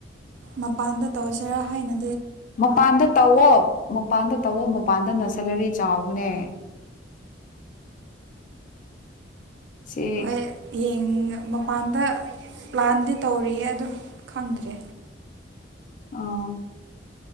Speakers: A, on the right; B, on the left.
A: ꯃꯄꯥꯟꯗ ꯇꯧꯁꯤꯔꯥ ꯍꯥꯏꯅ
B: ꯃꯄꯥꯟꯗ ꯇꯧꯑꯣꯣ ꯃꯄꯥꯟꯗ ꯇꯧꯕꯣꯞ ꯃꯄꯥꯟꯗ ꯅꯁꯦꯂꯔꯤ ꯆꯥꯎꯕꯅꯦ ꯁꯤ
A: ꯍꯣꯏ ꯌꯦꯡ ꯃꯄꯥꯟ ꯑ ꯗ ꯄ꯭ꯂꯥꯟꯗꯤ ꯇꯧꯔꯤꯌꯦ ꯑꯗꯣ ꯈꯪꯗ꯭ꯔꯦ
B: ꯑ